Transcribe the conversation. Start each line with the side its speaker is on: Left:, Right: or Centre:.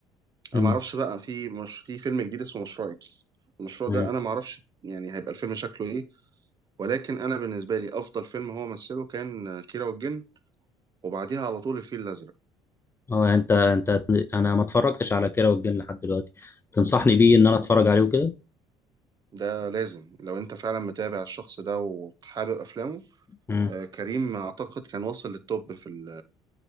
Left: مم.
Right: انا ما اعرفش بقى في مش... في فيلم جديد اسمه مشروع اكس المشروع
Left: مم.
Right: ده انا ما اعرفش يعني هيبقى الفيلم شكله ايه ولكن انا بالنسبه لي افضل فيلم هو مثله كان كيرة والجن وبعديها على طول الفيل الازرق
Left: اه يعني انت انت انا ما اتفرجتش على كيرة والجن لحد دلوقتي تنصحني بيه ان انا اتفرج عليه وكده
Right: ده لازم لو انت فعلا متابع الشخص ده وحابب افلامه
Left: مم.
Right: آه، كريم اعتقد كان واصل للتوب في ال...